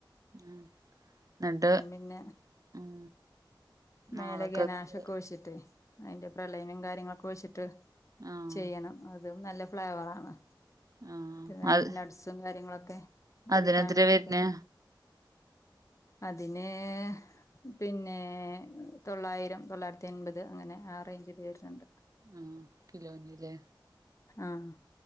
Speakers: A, on the right; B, on the left.
A: ആഹ് ന്നട്ട്
B: പിന്നെ
A: ഉം നാളെക്കക്ക്
B: മേലെ ഗനാശൊക്കെ ഒഴിച്ചിട്ട് അതിന്റെ പ്രളയനം കാര്യങ്ങളൊക്കെ ഒഴിച്ചിട്ട്
A: ആഹ്
B: ചെയ്യണം അതും നല്ല ഫ്ലേവറാണ്
A: ആഹ്
B: പിന്നെ അയ്ന്റെ
A: അത്
B: ഉള്ളിൽ നട്സും കാര്യങ്ങളൊക്കെ കടിക്കാനും
A: അതിനെത്രയാ
B: കിട്ടും
A: വര്ണെ
B: അതിന് പിന്നേ തൊള്ളായിരം തൊള്ളായിരത്തി അൻപത് അങ്ങനെ ആ റേഞ്ചില് വെര്ണ് ണ്ട്
A: ആഹ് കിലോന്ല്ലേ
B: ആഹ്